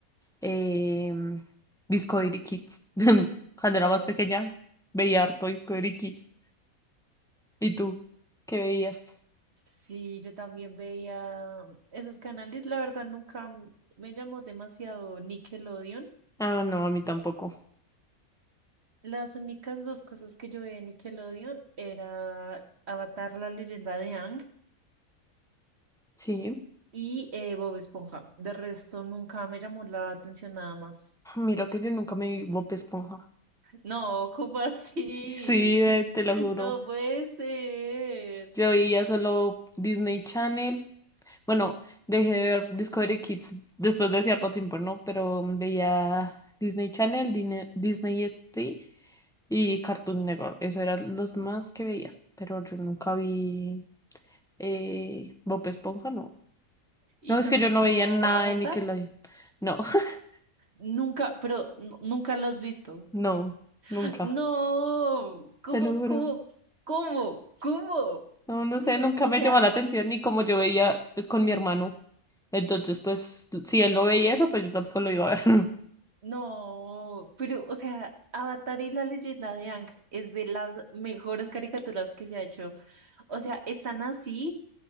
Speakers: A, in the centre; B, on the right.
A: em, Discovery Kids. <laughs> Cuando era
B: Oh.
A: más pequeña, veía harto Discovery Kids. ¿Y tú? ¿Qué veías?
B: Sí, yo también veía esos canales, la verdad nunca me llamó demasiado Nickelodeon.
A: Ah, no, a mí tampoco.
B: Las únicas dos cosas que yo veía en Nickelodeon era Avatar, la leyenda de Aang
A: Sí.
B: y eh, Bob Esponja. De resto, nunca me llamó la atención nada más.
A: Mira que yo nunca me vi Bob Esponja.
B: No, ¿cómo así?
A: <laughs> Sí, eh, te
B: <laughs>
A: lo juro.
B: No puede ser.
A: Yo veía solo Disney Channel. Bueno, dejé de ver Discovery Kids después de cierto tiempo, ¿no? Pero veía Disney Channel, Dine- Disney XD y Cartoon Network. Eso eran los más que veía. Pero yo nunca vi eh, Bob Esponja, no.
B: Y
A: No, es
B: tampoco
A: que yo no veía nada
B: Avatar.
A: de Nickelodeon. No, <laughs>
B: Nunca, pero nu- nunca lo has visto.
A: no,
B: <laughs>
A: nunca.
B: No, ¿cómo,
A: Te lo juro.
B: cómo, cómo, cómo?
A: No, no sé, nunca
B: O
A: me
B: sea,
A: llamó la atención y como yo veía pues con mi hermano. Entonces, pues, si él no veía eso, pues yo tampoco lo iba a ver. <laughs>
B: no, pero, o sea, Avatar y la leyenda de Ang es de las mejores caricaturas que se ha hecho. O sea, están así.